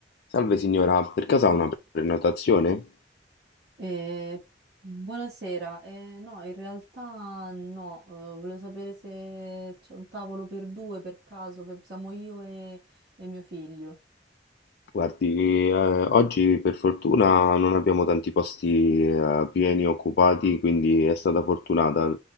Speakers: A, on the left; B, on the right.
A: Salve signora, per caso ha una prenotazione?
B: Eh, buonasera, Eh, no, in realtà no, Eh, volevo sapere se c'è un tavolo per due per caso, per- siamo io e, e mio figlio.
A: Guardi, eh, oggi per fortuna non abbiamo tanti posti eh, pieni occupati, quindi è stata fortunata,